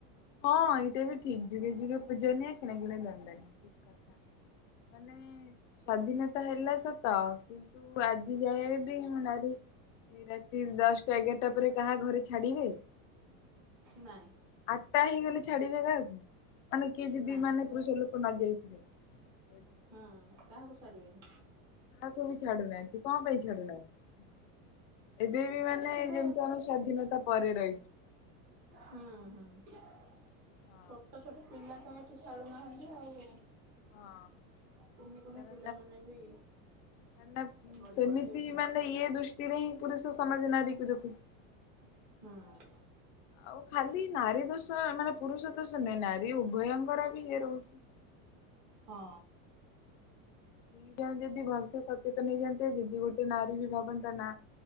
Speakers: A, on the left; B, on the right.
A: ହଁ ଏଇଟା ବି ଠିକ ଯୁଗେ ଯୁଗେ ପୂଜନିଆ କିଣେ କି ଦଣ୍ଡନିଆ ଠିକ କଥା ମାନେ ସ୍ଵାଧୀନତା ହେଲା ସତ କିନ୍ତୁ ଆଜି ଯାଏବ ମ ନାରୀ ରାତି ଦଶଟା ଏଗାରଟା ପରେ କାହା ଘରେ ଛାଡିବେ।
B: ନାଇଁ।
A: ଆଠଟା ହେଇଗଲି ଛାଡିବେ କାହାକୁ ମାନେ କିଏ ଯଦି
B: ନା
A: ମାନେ ପୁରୁଷ ଲୋକ ନ ଯାଇଥିବେ। <inaudible>
B: ହୁଁ କାହାକୁ ଛାଡିବେନି।
A: କାହାକୁ ବି ଛାଡୁନାହାନ୍ତି କଣ ପାଇଁ ଛାଡୁନାହାଁନ୍ତି। ଏବେ ବି ମାନେ
B: ଏଠି ତ
A: ଯେମିତି ଆମେ ସଵାଧୀନତା ପରେରାଇ
B: ହୁଁ ହୁଁ ଛୋଟ
A: ହଁ
B: ଛୋଟ ପିଲା ତ ତୁ ଛାଡ଼ୁନାହାନ୍ତି ଆଉ
A: ହଁ
B: କୁନି କୁନି
A: କାର
B: ପିଲାମାନେ ବି
A: ନା
B: ବଳି
A: ସେମିତି
B: ପଡି ଯାଉଛନ୍ତି।
A: ମାନେ ଇଏ ଦୃଷ୍ଟିରେ ହିଁ ପୁରୁଷ ସମାଜ ନାରି କୁ ଦେଖୁଛି
B: ହଁ
A: ଆଉ ଖାଲି ନାରୀ ଦୋଷ ମାନେ ପୁରୁଷ ଦୋଷ ନହିଁ ନାରୀ ଉଭୟଙ୍କର ବି ଇଏ ରହୁଛି।
B: ହଁ
A: ଦି ଜଣ ଯଦି ଭସ ସଚେତନ ହେଇଯାଆନ୍ତେ ଯଦି ଗୋଟେ ନାରୀ ବି ଭାବନ୍ତା ନା